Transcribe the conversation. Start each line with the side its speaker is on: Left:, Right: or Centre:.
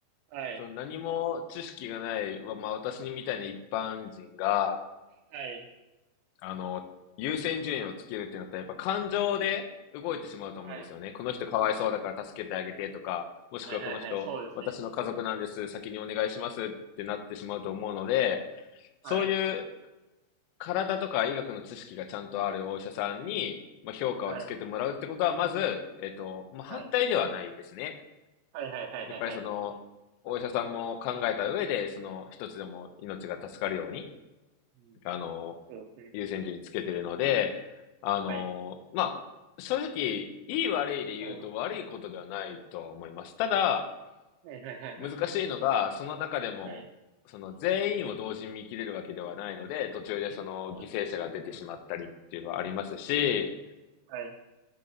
Right: はい、
Left: その何も知識がない、まあ、私にみたいな一般人が、
Right: はい、
Left: あの、優先順位をつけるってなったら、やっぱ感情で動いてしまうと思うんですよね。
Right: はい、
Left: この人かわいそうだから助けてあげてとか、もしくはこの人、
Right: はい、はい、はい、そうですね。
Left: 私の家族なんです、先にお願いしますってなってしまうと思うので、そういう
Right: はい、
Left: 体とか医学の知識がちゃんとあるお医者さんに、まあ、評価をつけてもらうってことは、
Right: はい、
Left: まず、えっと、まあ、反対ではないですね。
Right: はい、はい、はい、はい、
Left: やっぱりその、
Right: はい、はい、
Left: お医者さんも考えた上で、その一つでも命が助かるように、
Right: うん、
Left: あの、
Right: そうですね。
Left: 優先順位つけてるので、あの、
Right: はい、
Left: まあ、正直、いい悪いで言うと悪いことではないとは思います。
Right: はい、
Left: ただ、
Right: はい、はい、はい、
Left: 難しいのが、
Right: はい、
Left: その中でも、
Right: はい、
Left: その全員を同時に見切れるわけではないので、途中でその犠牲者が出てしまったりっていうのはありますし、
Right: そうですね。はい、